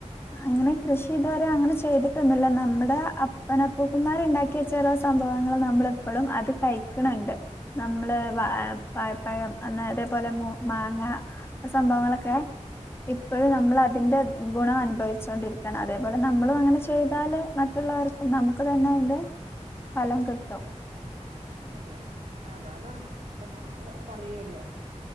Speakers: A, on the left; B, on the right.
A: അങ്ങനെ കൃഷി ഇതുവരെ അങ്ങനെ ചെ ചെയ്തിട്ടൊന്നുല്ല നമ്മടെ അപ്പനപ്പൂപ്പന്മാർണ്ടാക്കിയ ചെല സംഭവങ്ങള് നമ്മളെപ്പോഴും അത് കഴി ക്കണ് ണ്ട് നമ്മള് വാഴപ്പഴം അന്നേരപ്പോലെ മാങ്ങ അ സംഭവങ്ങളൊക്കെ ഇപ്പഴും നമ്മൾ അതിന്റെ ഗുണം അ അനുഭവിച്ചൊണ്ടിരിക്കയാണ് അതേപോലെ നമ്മളും അങ്ങനെ ചെയ്താല്േ മറ്റുള്ളവർക്കും നമുക്ക് തന്നെ അതിൻറെ ഫലം കിട്ടും.
B: അതെ അതെ അതെ അത അതാണ് ഇപ്പൊ നമ്മള് പറയല്ലോ